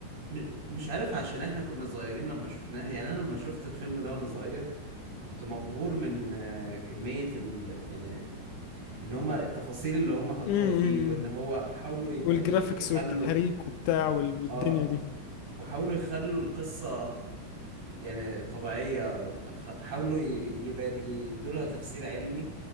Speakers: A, on the right; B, on the left.
A: م... مش عارف عشان احنا كنا صغيرين لما شفناها يعني انا لما شفت الفيلم ده وانا صغير كنت مبهور من آه، كمية ال... يعني ان هما التفاصيل اللي هما حطوها
B: امم
A: فيه وان هو حاولوا يبقى
B: والجرافيكس
A: ي- يخلوا
B: والتحريك وبتاع وال- والدنيا
A: اه
B: دي
A: وحاولوا يخلوا القصة يعني طبيعية وخ- حاولوا ي- يبان يدولها تفسير علمي